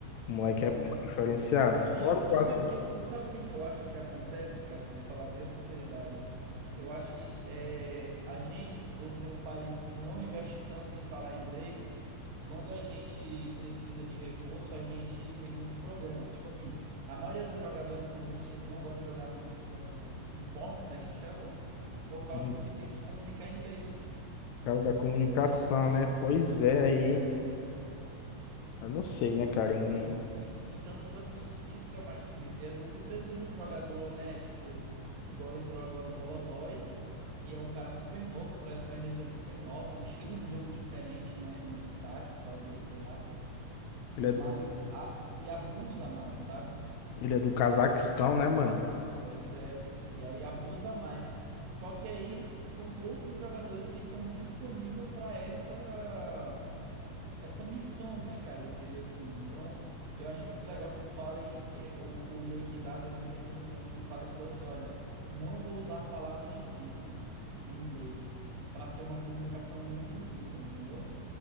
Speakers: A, on the left; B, on the right.
A: o moleque
B: É.
A: é bom, diferenciado.
B: Tu
A: Fora
B: sabe,
A: o caso,
B: tu sabe que, tu sabe o que que eu acho que acontece, cara? Eu vou te falar bem a sinceridade. Eu acho que é, a gente, por ser um país que não investe tanto em falar inglês, quando a gente precisa de reforço, a gente tem muito problema. Tipo assim, a maioria dos jogadores competitivos não gosta de jogar muito com imports, né, que chamam, por causa
A: uhum, por
B: que tem que se comunicar em inglês, pô.
A: causa da comunicação, né? Pois é, aí,
B: É.
A: eu não sei, né, cara,
B: En-
A: eu não,
B: en- en- Então, tipo assim, isso que é o mais difícil. E às vezes você precisa de um jogador, né? Tipo, igual entrou agora o Molodói, que é um cara super novo, traz uma energia super nova, um estilo de jogo diferente, né? Menos tático, talvez, sei lá. E
A: ele é do,
B: mais. a- e abusa mais, sabe?
A: ele é do Cazaquistão, né, mano?
B: Pois é, pô. E aí abusa mais. Só que aí são poucos os jogadores que estão disponíveis para essa. essa missão, né, cara? Eu diria assim. Então, eu achei muito legal que o Fallen, é, o, o Ye Kindar deu uma entrevista falando que o Fallen falou assim: olha, não vou usar palavras difíceis no inglês para ser uma comunicação muito limpa, entendeu?